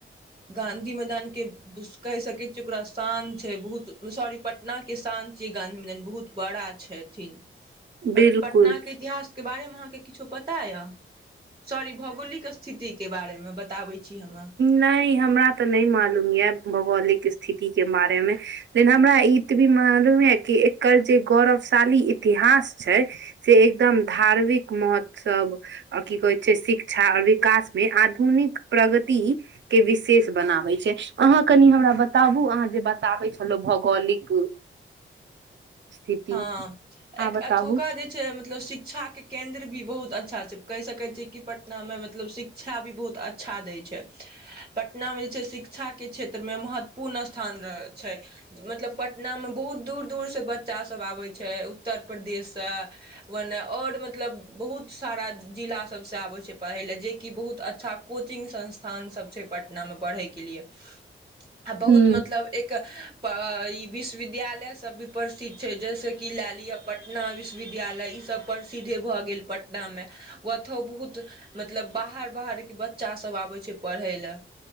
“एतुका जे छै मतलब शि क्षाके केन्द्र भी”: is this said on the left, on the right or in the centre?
Right